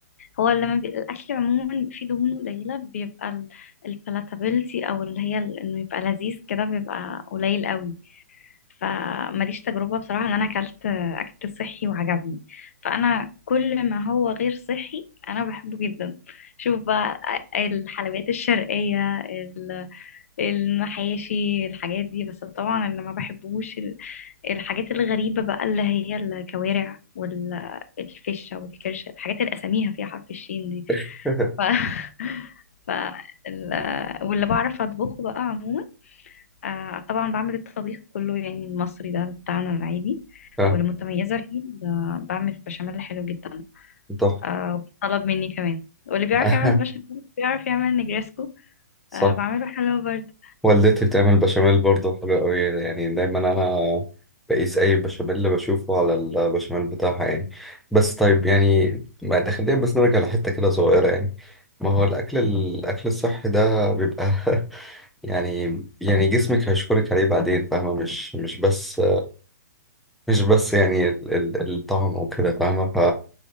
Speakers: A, on the left; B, in the centre.
A: هو لما بي... الاكل عموما بيبقى فيه دهون قليله بيبقى ال- البلاتابيلتي او اللي هي ال- انه يبقى لذيذ كده بيبقى قليل قوي فماليش تجربه بصراحه ان انا اكلت اكل صحي وعجبني فانا كل ما هو غير صحي انا بحبه جدا شوف بقى الحلويات الشرقيه ال- المحاشي الحاجات دي بس طبعا اللي ما بحبوش الحاجات الغريبة بقى اللي هي الكوارع والفشة والكرشة الحاجات اللي أساميها فيها حرف الشين دي
B: <laughs>
A: ف... <laughs> ف... ال... واللي بعرف أطبخه بقى عموما آه طبعا بعمل الطبيخ كله يعني المصري ده بتاعنا العادي
B: اه
A: والمتميزة فيه ب- بعمل بشاميل حلو جدا
B: تحفة
A: آه وطلب مني كمان واللي بيعرف
B: <laughs>
A: يعمل بشاميل بيعرف يعمل نجريسكو
B: صح
A: آه بعمله حلو برضه
B: والدتي بتعمل بشاميل برضه حلو قوي يعني دايما انا بقيس اي بشاميل اللي بشوفه على البشاميل بتاعها يعني بس طيب يعني بعد خلينا بس نرجع لحتة كده صغيرة يعني ما هو الاكل الاكل الصحي ده بيبقى <laughs> يعني يعني جسمك هيشكرك عليه بعدين فاهمة مش مش بس مش بس يعني ال- ال- الطعم وكده فاهمة